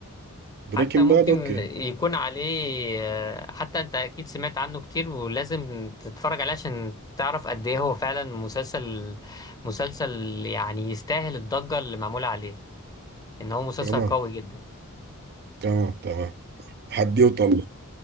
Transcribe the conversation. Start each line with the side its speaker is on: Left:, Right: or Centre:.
Right: بريكنج
Left: حتى ممكن
Right: باد اوكي
Left: يكون عليه آه، حتى انت اكيد سمعت عنه كتير ولازم تتفرج عليه عشان تعرف قد ايه هو فعلا مسلسل مسلسل يعني يستاهل الضجة اللي معمولة عليه ان هو مسلسل
Right: تمام
Left: قوي جدا
Right: تمام تمام حدي وطلع